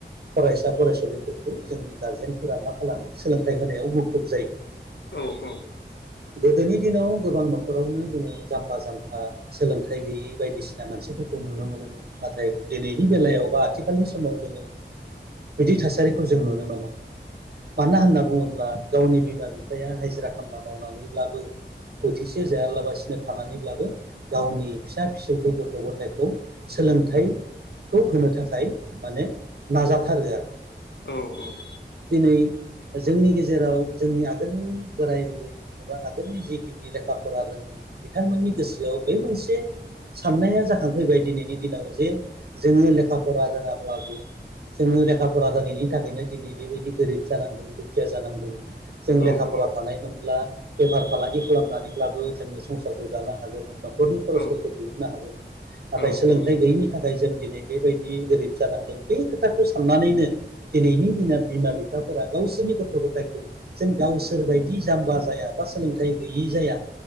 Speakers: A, on the right; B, on the left.
A: फरायसा फरायसुलिफोरखौ जोंनि गारजेनफोरा मा खालामो सोलोंथाइ होनायाव मुखुब जायो।
B: औ औ औ
A: गोदोनि दिनाव गोबां न'खरावनो जोंङो जाम्बा जाम्था सोलोंथाइ गैयि बायदिसिना मानसिफोरखौ नुनो मोनोमोन नाथाय दिनैनि बेलायाव बा आथिखालनि समाव जोंङो बिदि थासारिखौ जों नुनो मोना मानो होनना बुंङोब्ला गावनि बिमा बिफाया हाजिरा खामला मावनानैब्लाबो बोथिसे जायालाबासिनो थानानैब्लाबो गावनि फिसा फिसौखौ गथ' गथायखौ सोलोंथाइ खौ होनो थाखाय माने नाजाथारो आरो
B: औ औ
A: दिनै ओ जोंनि गेजेराव जोंनि आगोलनि बोराय बुरै एबा आगोलनि जिखिनि लेखा फरा रोंङै बिथांमोननि गोसोआव बे मोनसे साननाया जाखांफैबाय दिनैनि दिनाव जे जोंङो लेखा फरा रोंङाब्लाबो जोंङो लेखा फरा रोंङैनि थाखायनो दिनै बेबायदि गोरिब जानांदों दुखिया जानांदो। जों लेखा
B: औ
A: फरा
B: औ
A: थानायमोनब्ला बेफार फालांगि खालामनानैब्लाबो जोंङो संसारखौ जानो हागौमोन न'खरनि खरसफोरखौ
B: औ
A: दिहुननो हागौमोन नाथाय
B: औ
A: सोलोंथाइ
B: औ
A: गैयिनि थाखाय जों दिनै बेबायदि गोरिब जानांदों बे खोथाखौ साननानैनो दिनैनि बिमा बिमा बिफाफोरा गाव। गावसोरनि गथ' गथायखौ जेन गावसोर बायदि जाम्बा जाया बा सोलोंथाइ गैयै जाया